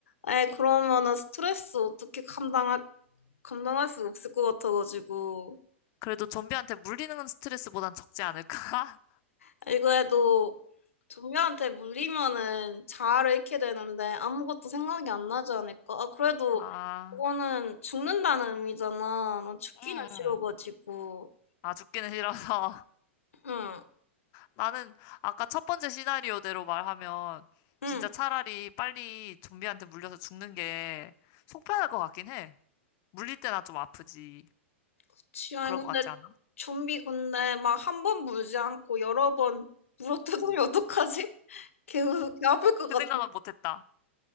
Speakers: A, on the left; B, on the left.
A: 에, 그러면은 스트레스 어떻게 감당할, 감당할 수 없을 것 같아가지고.
B: 그래도 좀비한테 물리는 건 스트레스보단 적지 않을까?
A: 아, 이거 해도 좀비한테 물리면은 자아를 잃게 되는데 아무것도 생각이 안 나지 않을까? 아, 그래도
B: <laughs> 아,
A: 그거는 죽는다는 의미잖아. 난 죽기는
B: 응,
A: 싫어가지고.
B: 응. 아, 죽기는 싫어서.
A: 응,
B: 나는 아까 첫 번째 시나리오대로 말하면
A: 응.
B: 진짜 차라리 빨리 좀비한테 물려서 죽는 게 속편할 것 같긴 해. 물릴 때나 좀 아프지.
A: 그치. 아니,
B: 그럴
A: 근데
B: 것 같지 않아?
A: 좀비 근데 막 한 번 물지 않고 여러 번 물어뜯으면 어떡하지? <laughs> 개, 개 아플 것 같아.
B: 그 생각은 못 했다.